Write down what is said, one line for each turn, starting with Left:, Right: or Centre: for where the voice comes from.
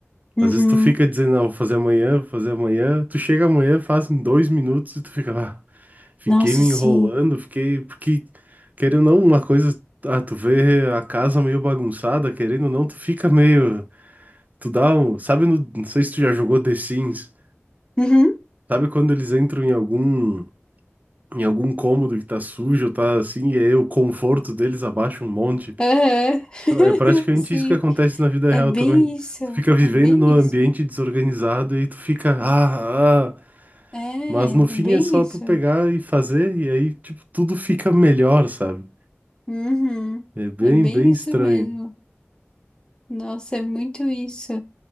Left: Uhum.
Right: Às vezes tu fica dizendo, não, vou fazer amanhã, vou fazer amanhã, tu chega amanhã, faz em dois minutos e tu fica, ah, fiquei
Left: Nossa,
Right: me
Left: sim.
Right: enrolando, fiquei, porque, querendo ou não, uma coisa, ah, tu vê a casa meio bagunçada, querendo ou não, tu fica meio... Tu dá um. Sabe, no- não sei se tu já jogou The Sims.
Left: Uhum.
Right: Sabe quando eles entram em algum. Em algum cômodo que tá sujo, tá assim, e aí o conforto deles abaixa um monte.
Left: Aham.
Right: Então,
Left: <laughs>
Right: É praticamente
Left: Sim.
Right: isso que acontece na vida
Left: É
Right: real
Left: bem
Right: também.
Left: isso.
Right: Tu fica vivendo
Left: É bem
Right: num ambiente
Left: isso.
Right: desorganizado e aí tu fica, ah, ah.
Left: É,
Right: Mas no fim
Left: é bem
Right: é só
Left: isso.
Right: tu pegar e fazer, e aí, tipo, tudo fica melhor, sabe?
Left: Uhum.
Right: É bem,
Left: É bem
Right: bem estranho.
Left: isso mesmo. Nossa, é muito isso.